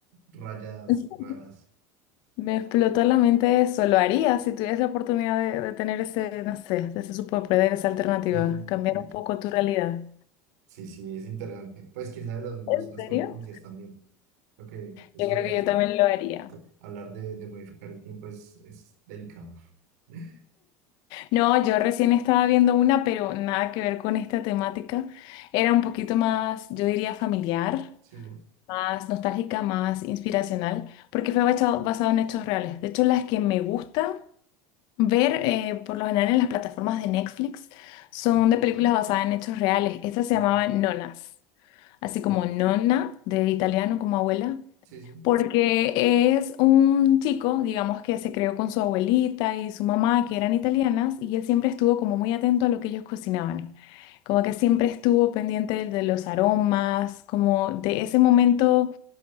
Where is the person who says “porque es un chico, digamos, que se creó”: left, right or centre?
Left